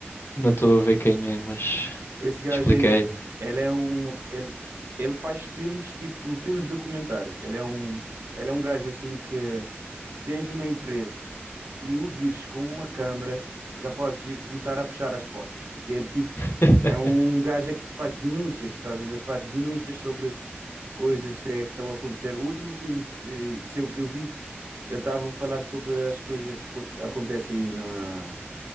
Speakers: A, on the left (about 60°); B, on the right (about 80°).
A: Não estou a ver quem é, mas
B: Esse gajo
A: expliquei.
B: aí, ele é um. Ele, ele faz filmes, tipo, filmes documentário. Ele é um. Ele é um gajo assim que. Se tens uma empresa e o vires com uma câmara, já podes ir começar a fechar as portas, porque ele, tipo.
A: <laughs>
B: É um gajo é que faz denúncias, estás a ver? Faz denúncias sobre coisas eh, que estão a acontecer. O último filme eh, seu que eu vi Ele estava a falar sobre as coisas que co- acontecem aí, na,